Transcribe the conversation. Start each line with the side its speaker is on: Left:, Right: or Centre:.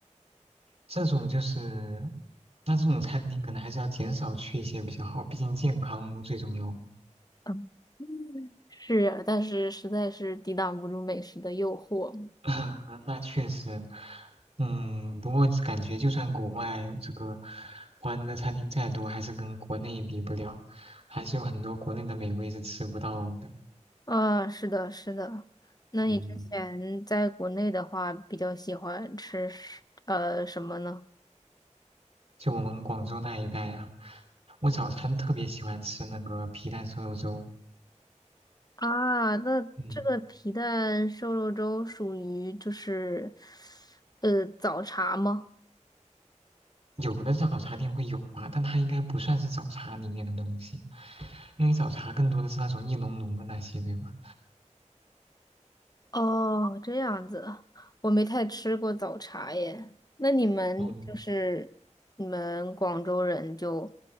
Right: 这种就是，那这种餐厅可能还是要减少去一些比较好，毕竟健康最重要嘛。
Left: 嗯，<laughs> 是啊，但是实在是抵挡不住美食的诱惑嘛
Right: <laughs> 那确实，嗯，不过感觉就算国外这个华人的餐厅再多，还是跟国内比不了，还是有很多国内的美味是吃不到的。
Left: 啊，是的，是的。那你之前在国内的话，
Right: 嗯，
Left: 比较喜欢吃什呃什么呢？
Right: 就我们广州那一带啊，我早餐特别喜欢吃那个皮蛋瘦肉粥。
Left: 啊，那这个皮蛋瘦肉粥属于就是，
Right: 嗯。
Left: 呃，早茶吗？
Right: 有的早茶店会有吧，但它应该不算是早茶里面的东西，因为早茶更多的是那种一浓浓的那些，对吧？
Left: 哦，这样子，我没太吃过早茶耶。那你们就是你们广州人就
Right: 嗯，